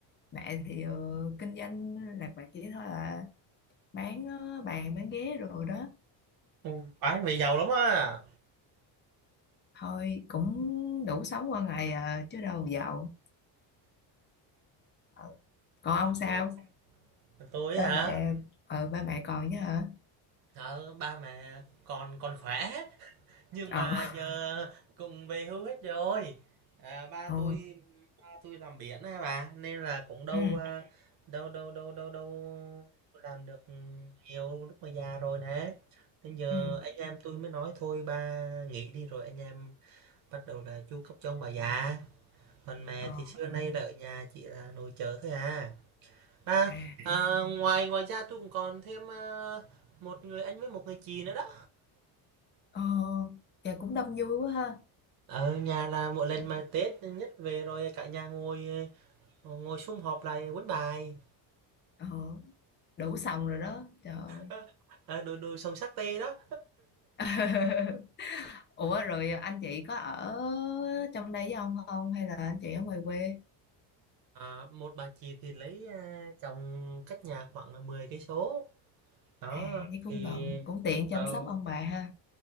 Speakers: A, on the left; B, on the right.
A: Mẹ thì ờ, kinh doanh lạc vặt chỉ thôi à. Bán ờ, bàn, bán ghế rồi đó.
B: Ừ, Bán về giàu lắm á.
A: Thôi cũng đủ sống qua ngày à, chứ đâu giàu. Ờ, Còn ông sao?
B: Ờ, Tôi
A: Ba
B: hả?
A: mẹ, ờ, ba mẹ còn chứ hả?
B: Ờ, ba mẹ còn còn khỏe Nhưng
A: ờ
B: mà giờ cùng về hưu hết rồi. À, ba
A: ờ
B: tôi ba tôi làm biển á bà, nên là cũng đâu
A: ừ
B: à, đâu đâu đâu đâu đâu làm được nhiều lúc mà già rồi nè. Nên giờ
A: ừ
B: anh em tôi mới nói thôi ba nghỉ đi rồi anh em bắt đầu là chu cấp cho ông bà già. Còn mẹ
A: ờ
B: thì xưa nay là ở nhà chỉ là nội trợ thôi à. Ba,
A: à
B: à, ngoài ngoài ra tôi cũng còn thêm à, một người anh với một người chị nữa đó.
A: ờ dạ cũng đông vui quá ha
B: ở nhà là mỗi lần
A: ờ
B: mà Tết nhất về rồi cả nhà ngồi ờ, ngồi sum họp lại quấn bài
A: ờ, đủ xong rồi đó trời ơi
B: <laughs> à, đồ đồ sông sắc tê đó
A: <laughs> ủa rồi anh chị có ở trong đây với ông không hay là anh chị ở ngoài quê
B: à, một bà chị thì lấy à, chồng cách nhà khoảng là 10 cây số đó
A: à với cũng
B: thì
A: gần cũng tiện
B: ờ,
A: chăm sóc ông bà ha